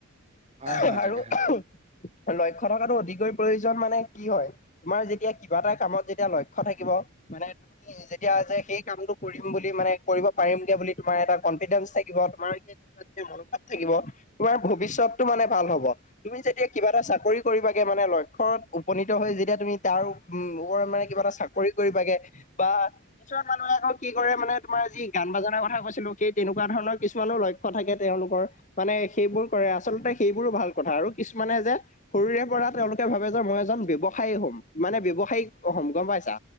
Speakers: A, on the right; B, on the left.
A: হয় হয়
B: অহ আৰু
A: তাকেহে
B: উহুম লক্ষ্য থকাটো অতিকৈ প্ৰয়োজন মানে কি হয়? তোমাৰ যেতিয়া কিবা এটা কামত যেতিয়া লক্ষ্য থাকিব মানে ত যেতিয়া যে সেই কামটো কৰিম বুলি মানে কৰিব পাৰিমগে বুলি তোমাৰ এটা কনফিডেন্স থাকিব, তোমাৰ সেই তেনেকুৱা যদি মনোভাৱ থাকিব, তোমাৰ ভৱিষ্যতটো মানে ভাল হব। তুমি যেতিয়া কিবা এটা চাকৰি কৰিবাগে মানে লক্ষ্যত উপনীত হৈ যেতিয়া তুমি তাৰ উ উম ওপৰত মানে কিবা এটা চাকৰি কৰিব লাগে বা কিছুমান মানুহে আকৌ কি কৰে মানে তোমাৰ যি গান বাজানাৰ কথা কৈছিলো সেই তেনেকুৱা ধৰণৰ কিছুমানো লই ক্ষ্য থাকে তেওঁলোকৰ মানে সেইবোৰ কৰে আচলতে সেইবোৰো ভাল কথা আৰু কিছুমানে যে সৰুৰে পৰা তেওঁলোকে ভাবে যে মই এজন ব্যৱসায়ী হম। মানে ব্যৱসায়িক সম গম পাইছা?